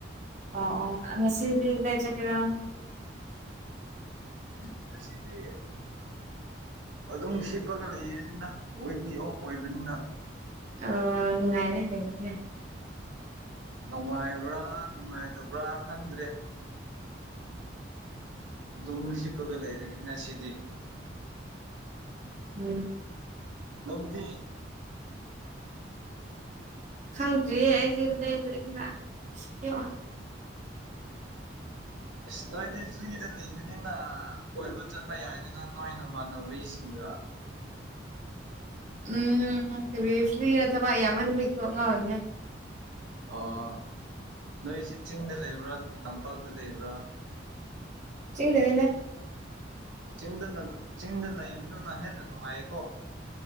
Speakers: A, on the right (about 40°); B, on the right (about 80°).
A: ꯑꯥꯑꯣ ꯉꯁꯤꯗꯤ ꯀꯗꯥꯏ ꯆꯠꯀꯦꯔꯥ
B: ꯉꯁꯤꯗꯤ ꯑꯗꯨꯝ ꯍꯤꯞꯄꯒ ꯂꯩꯔꯅꯤꯅ ꯋꯤꯛꯂꯤ ꯑꯣꯐ ꯑꯣꯏꯕꯅꯤꯅ
A: ꯑ ꯅꯨꯡꯉꯥꯏꯔꯦ <unintelligible>
B: ꯅꯨꯡꯉꯥꯏꯕ꯭ꯔꯥ ꯅꯨꯡꯉꯥꯏꯇꯕ꯭ꯔꯥ ꯈꯪꯗ꯭ꯔꯦ ꯑꯗꯨꯝ ꯍꯤꯞꯄꯒ ꯂꯩꯔꯒꯦ ꯉꯁꯤꯗꯤ
A: ꯎꯝ
B: ꯅꯡꯗꯤ
A: ꯈꯪꯗ꯭ꯔꯤꯌꯦ ꯑꯩꯁꯦ ꯀꯗꯩ <unintelligible> ꯑꯌꯣ
B: ꯑꯁ ꯅꯣꯏꯗꯤ ꯐ꯭ꯔꯤꯗ ꯂꯩꯕꯅꯤꯅ ꯀꯣꯏꯕ ꯆꯠꯄ ꯌꯥꯏꯗꯅ ꯅꯣꯏ ꯅꯃꯥꯟꯅꯕꯤꯁꯤꯡꯒ
A: ꯎꯝ ꯀꯔꯤ ꯐ꯭ꯔꯤꯗ ꯊꯕꯥꯛ ꯌꯥꯝꯃꯟꯕꯒꯤ ꯀꯣꯛ ꯉꯥꯎꯔꯤꯅꯦ
B: ꯑꯣ ꯅꯣꯏꯁꯤ ꯆꯤꯡꯗ ꯂꯩꯕ꯭ꯔꯥ ꯇꯝꯄꯥꯛꯇ ꯂꯩꯕ꯭ꯔꯥ
A: ꯆꯤꯡꯗꯅꯦꯅ
B: ꯆꯤꯡꯗ ꯆꯤꯡꯗ ꯂꯩꯕꯗꯨꯅ ꯍꯦꯟꯅ ꯅꯨꯡꯉꯥꯏꯌꯦꯀꯣ